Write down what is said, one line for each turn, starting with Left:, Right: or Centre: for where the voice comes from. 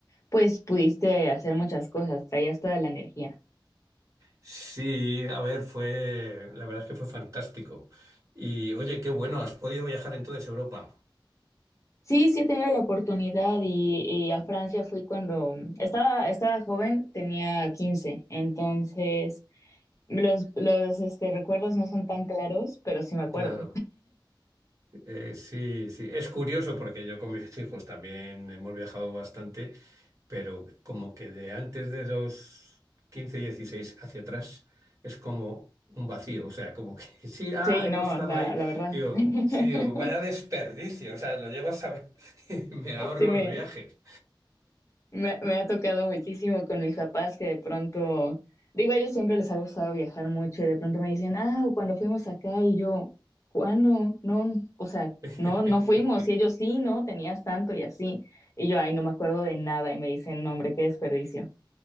Left: pues pudiste hacer muchas cosas, traías toda la energía.
Right: Sí, a ver, fue, la verdad es que fue fantástico. Y oye, qué bueno, has podido viajar entonces a Europa.
Left: Sí, sí he tenido la oportunidad y, y a Francia fui cuando estaba, estaba joven, tenía 15, entonces Los, los este, recuerdos no son tan claros, pero sí me acuerdo.
Right: Claro. Eh, sí, sí, es curioso porque yo con mis hijos también hemos viajado bastante, pero como que de antes de los 15, 16 hacia atrás es como un vacío, o sea, como que <laughs> sí, ah,
Left: Sí,
Right: hemos
Left: no,
Right: estado
Left: la,
Right: ahí,
Left: la verdad.
Right: digo, sí,
Left: <laughs>
Right: digo, vaya desperdicio, o sea, lo llego a saber <laughs> y me ahorro
Left: sí, me,
Right: los viajes.
Left: me, me, ha tocado muchísimo con mis papás que de pronto, digo, a ellos siempre les ha gustado viajar mucho y de pronto me dicen, ah, cuando fuimos acá y yo, ¿cuándo? No, o sea,
Right: <laughs>
Left: no, no fuimos y ellos sí, no, tenías tanto y así. Y yo, ay, no me acuerdo de nada y me dicen, no, hombre, qué desperdicio.